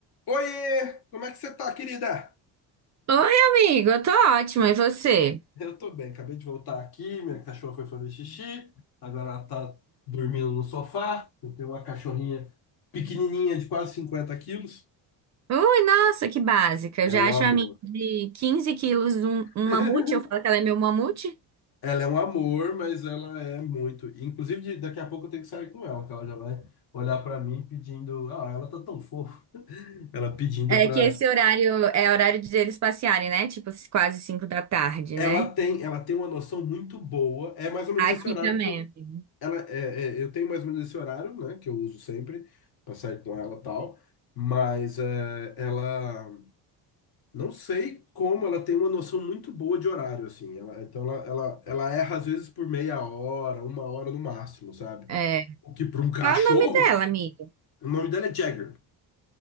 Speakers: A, on the left (about 55°); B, on the right (about 40°).
A: Oiê! Como é que você tá, querida?
B: Oi, amigo, eu tô ótima, e você?
A: Eu tô bem, acabei de voltar aqui, minha cachorra foi fazer xixi, agora ela tá dormindo no sofá. Eu tenho uma cachorrinha pequenininha de quase 50 quilos.
B: Ui, nossa, que básica.
A: É
B: Eu já
A: um
B: acho
A: amor.
B: a minha de 15 quilos um, um
A: <laughs>
B: mamute, eu falo que ela é meu mamute.
A: Ela é um amor, mas ela é muito. Inclusive, de- daqui a pouco eu tenho que sair com ela, que ela já vai olhar pra mim pedindo. Ah, ela tá tão fofa. Ela pedindo
B: É
A: pra.
B: que esse horário é horário de eles passearem, né? Tipo, quase 5 da tarde,
A: Ela
B: né?
A: tem, ela tem uma noção muito boa. É mais ou menos
B: Aqui
A: esse horário
B: também,
A: que eu
B: amigo.
A: ela é, é, eu tenho mais ou menos esse horário, né, que eu uso sempre para sair com ela e tal, mas é, ela não sei como ela tem uma noção muito boa de horário assim. Ela, então ela, ela ela erra às vezes por meia hora, uma hora no máximo, sabe?
B: É.
A: O que para um cachorro,
B: Qual é o nome dela, amigo?
A: o nome dela é Jagger.